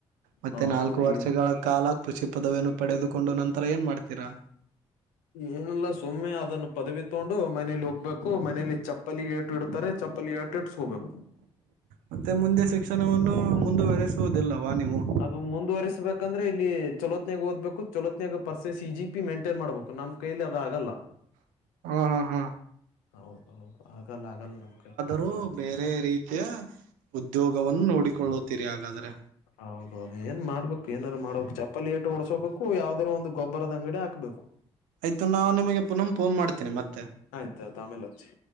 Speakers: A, on the right; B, on the left.
A: ಮತ್ತೆ
B: ಹೌದೌದು
A: ನಾಲ್ಕು ವರ್ಷಗಳ
B: ಈಗ
A: ಕಾಲ ಕೃಷಿ ಪದವಿಯನ್ನು ಪಡೆದುಕೊಂಡು ನಂತರ ಏನು ಮಾಡ್ತೀರಾ.
B: ಏನಿಲ್ಲ ಸುಮ್ಮನೆ ಅದನ್ನು ಪದವಿ ತಗೊಂಡು ಮನೇಲಿ ಹೋಗ್ಬೇಕು ಮನೇಲಿ ಚಪ್ಪಲಿ ಏ ಟ್ಟು ಇಡ್ತಾರೆ ಚಪ್ಪಲಿ ಏಟ್ಟು ಇಟ್ಸ್ಕೋಬೇಕು.
A: ಮತ್ತೆ ಮುಂದೆ ಶಿಕ್ಷಣವನ್ನು ಮುಂದುವರೆಸುವುದಿಲ್ಲವಾ ನೀವು.
B: ಅದು ಮುಂದುವಸ್ಬೇಕಂದ್ರೆ ಇಲ್ಲಿ ಚೊಲೋತ್ನಾಗ ಓದ್ಬೇಕು ಚೊಲೋತ್ತನಾಗ ಪರ್ಸೆಸ್ ಸಿ ಜಿ ಪಿ ಮೇಂಟೈನ್ ಮಾಡ್ಬೇಕು ನಮ್ ಕೈಲಿ ಅದು ಆಗಲ್ಲ.
A: <inaudible> ಹಾ ಹಾ
B: ಹೌದ ಹೌದು ಆಗಲ್ಲ ಆಗಲ್ಲ ನಿಮ್ ಕೈ
A: ರು ಬೇರೆ ರೀತಿಯ ಉದ್ಯೋಗವನ್ನು ನೋಡಿಕೊಳ್ಳುತ್ತೀರಿ ಹಾಗಾದ್ರೆ.
B: ಹೌದೌದು ಏನ್ ಮಾಡ್ಬೇಕು ಏನಾದ್ರು ಮಾಡ್ಬೇಕು ಚಪ್ಪಲಿ ಏಟ್ಟು ಓಡ್ಸೋಬೇಕು ಯಾವುದ್ರೂ ಒಂದು ಗೊಬ್ಬರದ ಅಂಗಡಿ ಹಾಕಬೇಕು.
A: <inaudible> ಆಯ್ತು ನಾವು ನಿಮಗೆ ಪುನಃ ಫೋನ್ ಮಾಡತೀನಿ ಮತ್ತೆ.
B: ಆಯ್ತಾಯ್ತು ಆಮೇಲೆ ಹಚ್ಚಿ.